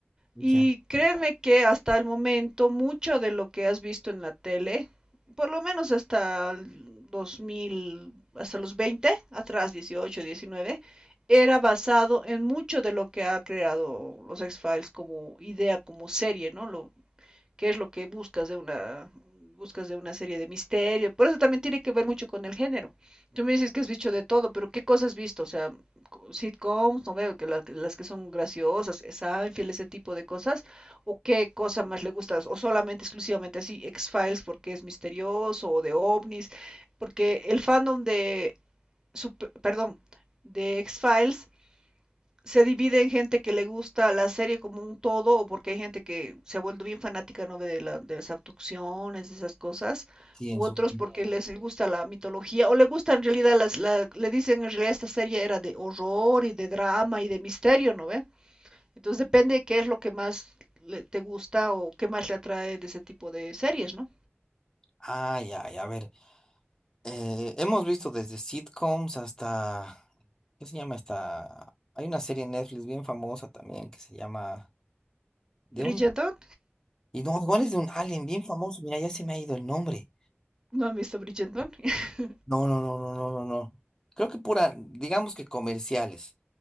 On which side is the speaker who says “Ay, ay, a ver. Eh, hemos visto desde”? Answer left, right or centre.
Left